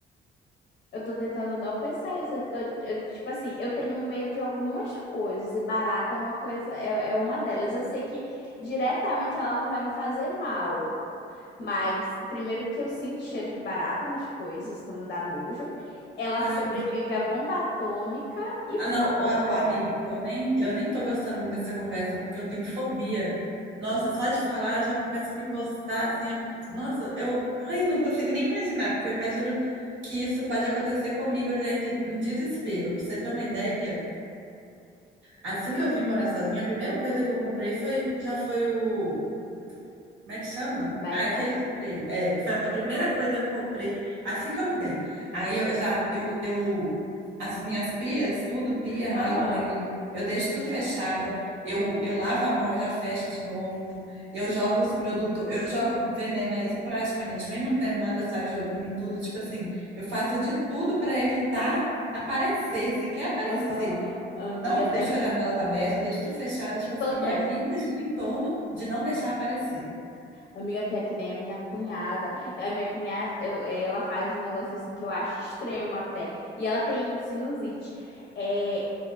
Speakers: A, on the left (about 50°); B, on the right (about 70°).
A: Eu tô tentando não pensar isso. Eu tô, eu, tipo assim, eu tenho medo de algumas coisas, e barata é uma coisa, é, é uma delas. Eu sei que diretamente ela não vai me fazer mal. Mas, primeiro que eu sinto cheiro de barata nas coisas, então me dá nojo. Ela
B: Ai,
A: sobrevive
B: meu Deus.
A: à bomba atômica e
B: Ah,
A: voa,
B: não, ô, ô,
A: cara.
B: amiga, eu nem, eu nem tô gostando muito dessa conversa, porque eu tenho fobia. Nossa, só de falar eu já começa a me encostar, assim. eu- nossa, eu ai, não consigo nem imaginar, porque eu imagino que isso pode acontecer comigo, eu já entro em desespero. Pra você ter uma ideia, assim que eu vim morar sozinha, a primeira coisa que eu comprei foi, já foi o Como é que chama?
A: Baigon?
B: Ah, aquele spray. É, foi a primeira coisa que eu comprei assim que eu mudei. Aí eu já, eu, eu, as minhas pias, tudo, pia, ralo
A: Aham,
B: do banheiro, eu deixo tudo fechada, eu, eu lavo a mão, eu já fecho de novo, eu jogo os produtos, eu jogo veneno aí praticamente, mesmo não tendo nada, eu saio jogando em tudo, tipo assim, eu faço de tudo para evitar aparecer, se quer aparecer.
A: aham. Amiga,
B: Não
A: tá
B: deixo as janelas abertas, eu deixo tudo fechado, tipo assim,
A: Todo
B: minha
A: tempo.
B: vida gira em torno de não deixar aparecer.
A: Amiga, tu é que nem a minha cunhada. A minha cunhada, eu- eh, ela faz um negócio assim que eu acho extremo até. E ela tem sinusite. É,